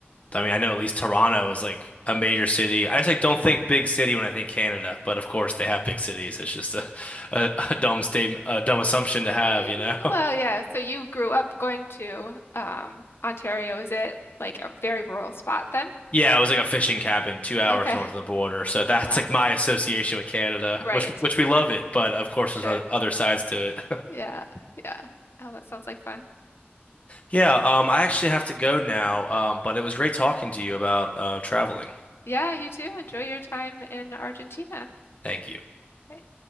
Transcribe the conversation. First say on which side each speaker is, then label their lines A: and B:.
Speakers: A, on the left (about 35°); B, on the left (about 75°).
A: I mean, I know at least Toronto is like a major city. I just like don't think
B: Yeah.
A: big city when I think Canada, but of course they have big cities. It's just a a, a dumb statement, a dumb assumption to have,
B: Eh,
A: you know? <laughs>
B: Well, yeah. So you grew up going to um Ontario. Is it like a very rural spot then?
A: Yeah, it was like a fishing cabin two hours
B: Okay.
A: north of the border. So that's
B: Wow.
A: like my association with Canada,
B: Right.
A: which which we love it, but of course
B: Sure.
A: there's o- other sides to it. <laughs>
B: Yeah. Yeah. Oh, that sounds like fun.
A: Yeah, um, I actually have to go now, um, but it was great talking to you about uh, traveling.
B: Yeah, you too. Enjoy your time in Argentina.
A: Thank you.
B: Right.